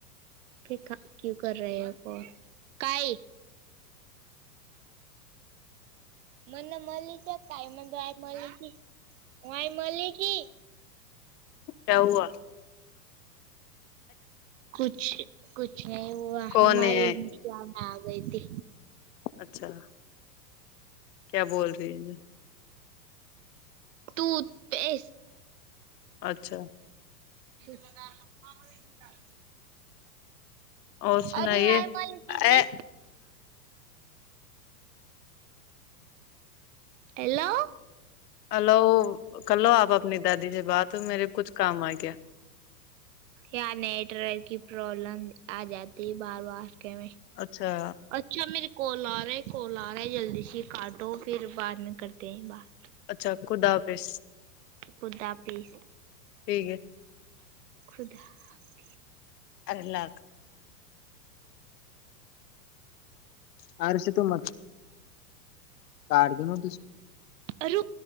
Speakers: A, on the right (about 50°); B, on the left (about 70°).
A: پھریک کیوں کر رہے ہیں آپ کائی م نے ملی ج ک م تو آ م تھی ہ آئی ملی تھی
B: کیا ہوا
A: کچھ کچھ نہیں وہ
B: کون
A: ہمارے
B: ہے
A: کیا نہ آ گئی تھی
B: اچھا کیا بول رہی ہے
A: تو پس
B: اچھا
A: ل گار
B: اور سنائیے
A: ارے وائمل تمی
B: اے
A: ہیلو
B: ہلو کر لو آپ اپنی دادی سے بات ہو میرے کچھ کام آ گیا
A: یا نیٹ ورک کی پرابلم آ جاتی ہے بار وار کے میں
B: اچھا
A: اچھا میرے کال آ رہا ہے کال آ رہا ہے جلدی سے یہ کاٹو پھر بعد میں کرتے ہیں بات
B: اچھا خدا حافظ
A: خدا پس
B: ٹھیک ہے
A: خدا پس
B: مائے اور م کاٹ دین ت
A: ارو